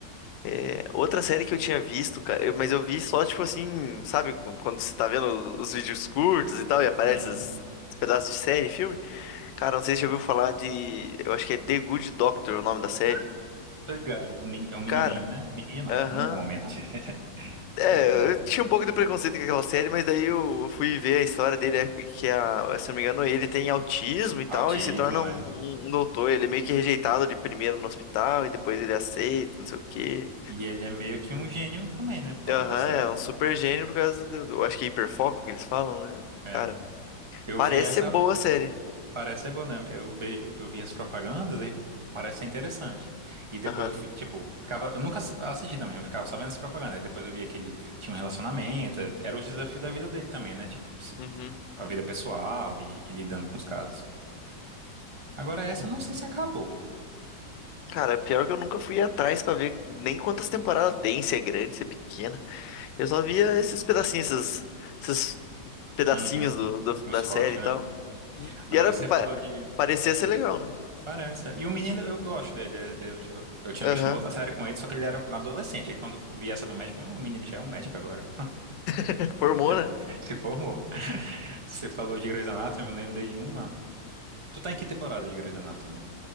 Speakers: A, on the left; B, on the right.
A: É, outra série que eu tinha visto, cara, eu- mas eu vi só, tipo assim, sabe, quando você tá vendo os vídeos curtos e tal, e aparece
B: uhum.
A: esses esses pedaços de série, filme? Cara, não sei se você já ouviu falar de. Eu acho que é The Good Doctor o nome da série.
B: Ah, tô ligado. Meni- É um menininho,
A: Cara,
B: né? Menino não,
A: aham.
B: um homem. <laughs>
A: É,
B: Tô ligado.
A: eu tinha um pouco de preconceito com aquela série, mas daí eu fui ver a história dele, é que a, se eu não me engano, ele tem autismo e tal,
B: Autismo,
A: e se torna
B: né?
A: um, um- um doutor. Ele é meio que rejeitado de primeiro no hospital, e depois ele aceita, não sei o quê.
B: E ele é meio que um gênio também, né? Por causa
A: Aham,
B: dessa.
A: é um super gênio por causa do, do- eu acho que é hiperfoco que eles falam, né?
B: É.
A: Cara,
B: Eu
A: parece
B: vi essa,
A: ser boa a série.
B: parece ser bom, né? Eu vejo, eu vi as propagandas aí parece ser interessante. E depois
A: Aham.
B: eu fui, tipo, ficava, eu nunca assi- assisti também, eu ficava só vendo as propagandas. Aí depois eu via que ele tinha um relacionamento, era o desafio da vida dele também, né? Tipo, se-
A: Uhum.
B: a vida pessoal e, e lidando com os casos. Agora essa eu não sei se acabou.
A: Cara, pior que eu nunca fui atrás pra ver nem quantas temporadas tem, se é grande, se é pequena. Eu só via esses pedacinhos, esses, esses pedacinhos
B: Uhum.
A: do, do- da
B: Os cortes,
A: série e tal.
B: né?
A: Hum.
B: Agora
A: E era
B: você
A: pa-
B: falou de
A: parecia ser legal, né?
B: Parece. é. E o menino, eu gosto dele. Eu, eu, eu tinha
A: Aham.
B: visto uma outra série com ele, só que ele era adolescente. Aí quando eu vi essa do médico, hum, o menino já é um médico agora.
A: <laughs> Formou, né?
B: <laughs> Se formou. Você falou de Grey's Anatomy, eu me lembrei de uma. Tu tá em que temporada de Grey's Anatomy?